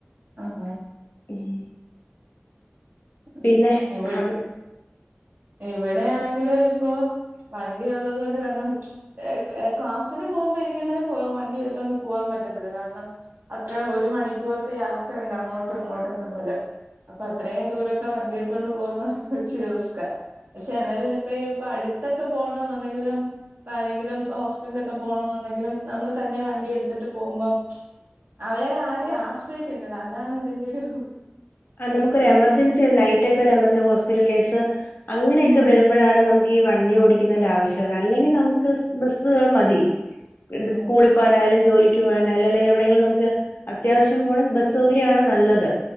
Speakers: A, on the right; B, on the left.
A: ആഹ് ആഹ്
B: ഉം പിന്നെ
A: ഉം ഇവി
B: അവി
A: ഇവിടെയാണെങ്കില് ഇപ്പൊ വണ്ടി ഒള്ളത് കൊണ്ട് കാരണം ഏഹ് ഏഹ് ക്ലാസ്സിന് പോകുമ്പോ എനിക്കങ്ങനെ പോ വണ്ടി എടുത്തോണ്ട് പോകാൻ പറ്റത്തില്ല കാരണം അത്രേം ഒരു മണിക്കൂറത്തെ യാത്രയൊണ്ട് അങ്ങോട്ടും അങ്ങോട്ടുംന്ന പോലെ അപ്പൊ അത്രേം ദൂരവൊക്കെ വണ്ടിയെടുത്തൊണ്ട് പോകുന്ന ഇച്ചിരി റിസ്കാ പക്ഷെ എന്നാലും ഇന്നിപ്പ ഇപ്പ അടുത്തൊക്കെ പോണോന്നുണ്ടെങ്കിലും ഇപ്പ ആരെങ്കിലും ഹോസ്പിറ്റലിലൊക്കെ പോണോന്നുണ്ടെങ്കിലും നമ്മള് തന്നെ വണ്ടി എടുത്തിട്ട് പോകുമ്പം അവരെ ആരെം ആശ്രയിക്കേണ്ടല്ലോ അതാണ് ഇതിന്റെ ഒരു
B: ആഹ്
A: പ്രത്യേകത
B: നമുക്കൊര് എമർജൻസി നൈറ്റ് ഒക്കെ ഒരു എമർജൻസി ഹോസ്പിറ്റൽ കേസ് അങ്ങനെയൊക്കെ
A: ഉം
B: വരുമ്പോ വരുമ്പോഴാണ് നമുക്ക് ഈ വണ്ടി ഓടിക്കുന്നതിന്റെ ആവശ്യകത അല്ലെങ്കി നമുക്ക് സ് ബസ്സുകൾ മതി സ് എന്ത്
A: ഉം ഉം
B: സ്കൂളി പോകാനായാലും ജോലിക്ക് പോകാനായാലും അല്ലെങ്കി എവിടെയെങ്കിലും നമുക്ക് അത്യാവശ്യം പോണേ ബസ് സൗകര്യ ആണ് നല്ലത്